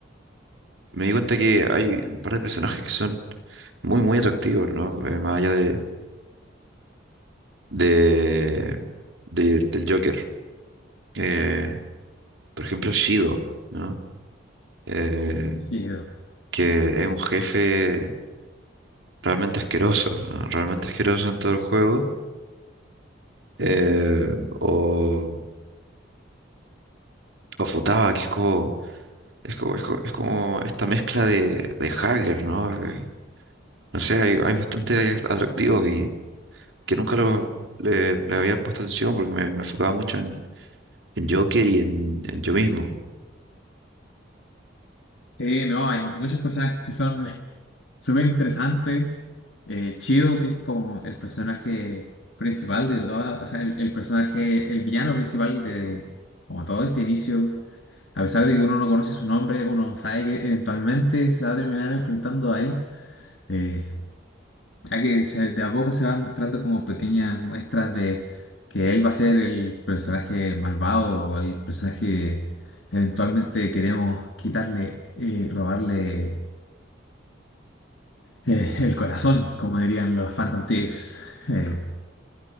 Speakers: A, on the right; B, on the left.
A: me di cuenta que hay un par de personajes que son muy, muy atractivo, ¿no? Eh, más allá de, de, de- del Joker. Eh, por ejemplo, Shido, ¿no? Eh,
B: Sí,
A: que es un jefe realmente asqueroso, ¿no? Realmente asqueroso en todo el juego. Eh, o, o Futaba, que es como, es como, es co- es como esta mezcla de, de hacker, ¿no? Eh, No sé, hay, hay bastante atractivos y que nunca lo, le, le había puesto atención porque me, me enfocaba mucho en, en Joker y en, en yo mismo.
B: Sí, no, hay muchos personajes que son <laughs> súper interesantes. Eh, Chido, que es como el personaje principal de todas, o sea, el, el personaje, el villano principal de como todo este inicio. A pesar de que uno no conoce su nombre, uno sabe que eventualmente se va a terminar enfrentando a él, eh, ya que se- de a poco se van mostrando como pequeñas muestras de que él va a ser el personaje malvado o el personaje que eventualmente queremos quitarle, eh, robarle Eh, el corazón, como dirían los Phantom Thieves. Eh,